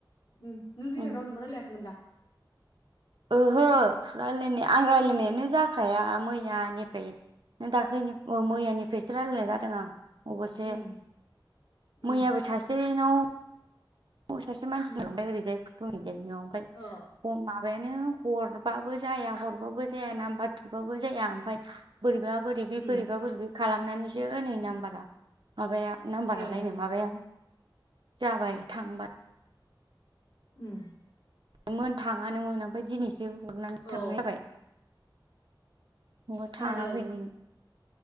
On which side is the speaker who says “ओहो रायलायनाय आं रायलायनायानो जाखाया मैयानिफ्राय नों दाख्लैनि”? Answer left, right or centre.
Right